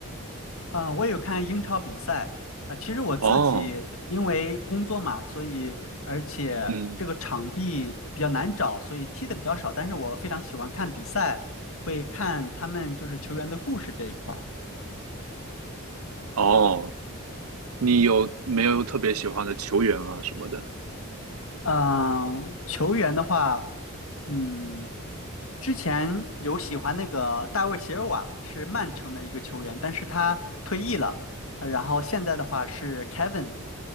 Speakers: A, on the left (about 75°); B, on the right (about 80°).
A: 嗯，我有看英超比赛啊，其实我自己因为工作嘛，
B: 哦，
A: 所以而且这个场地比较难找，
B: 嗯，
A: 所以踢的比较少。但是我非常喜欢看比赛，会看他们就是球员的故事这一块儿。
B: 哦，你有没有特别喜欢的球员啊什么的？
A: 嗯，球员的话，嗯。之前有喜欢那个大卫席尔瓦，是曼城的一个球员，但是他退役了。呃然后现在的话是 Kevin，